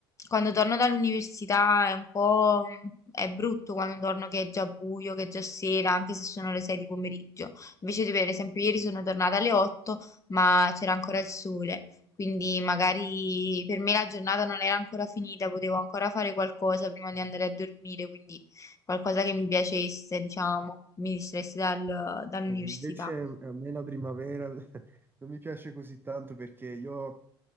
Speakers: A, on the left; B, on the right.
A: quando torno dall'università è un po'... è brutto quando torno che è già buio, che è già sera, anche se sono le 6 di pomeriggio. Invece, di- per esempio, ieri sono tornata alle 8, ma c'era ancora il sole. Quindi magari per me la giornata non era ancora finita, potevo ancora fare qualcosa prima di andare a dormire, quindi qualcosa che mi piacesse, diciamo, mi distraesse dal- dall'università.
B: E Invece a me la primavera <laughs> non mi piace così tanto perché io